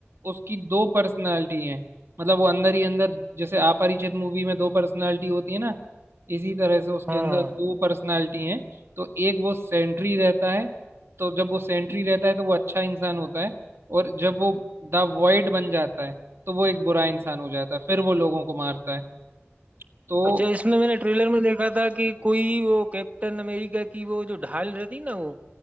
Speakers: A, on the right; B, on the right.
A: उसकी दो पर्सनालिटी हैं मतलब वो अंदर ही अंदर जैसे अपरिचित मूवी में दो पर्सनालिटी होती है ना इसी तरह से उसके
B: हाँ
A: अंदर दो पर्सनालिटी हैं तो एक वो सेंट्री रहता है तो जब वो सेंट्री रहता है तो वो अच्छा इंसान होता है और जब वो द वॉइड बन जाता है तो वो एक बुरा इंसान हो जाता है फिर वो लोगों को मारता है तो
B: अच्छा इसमें मैंने ट्रेलर में देखा था कि कोई वो कैप्टन अमेरिका की वो जो ढाल रहती ना वो